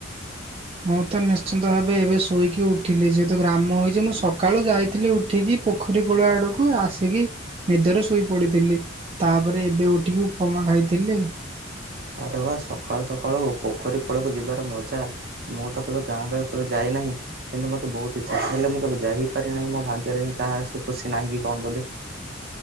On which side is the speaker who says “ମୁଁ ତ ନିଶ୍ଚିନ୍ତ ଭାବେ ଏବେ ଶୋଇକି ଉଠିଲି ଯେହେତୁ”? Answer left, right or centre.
Right